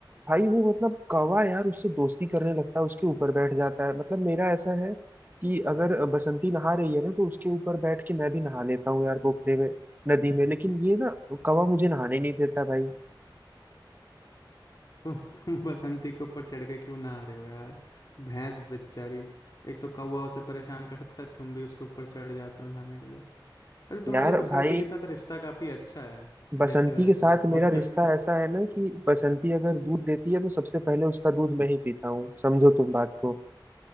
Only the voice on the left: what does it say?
तो तुम बसंती के ऊपर चढ़ के क्यों ना आ रहे हो यार भैंस बेचारी एक तो कौवा उसे परेशान करता है तुम भी उसके ऊपर चढ़ जाते हो नहाने के लिए अरे तुम्हारी
बसंती
के साथ रिश्ता काफी अच्छा है
देखा जाए
तो
बहुत
प्य...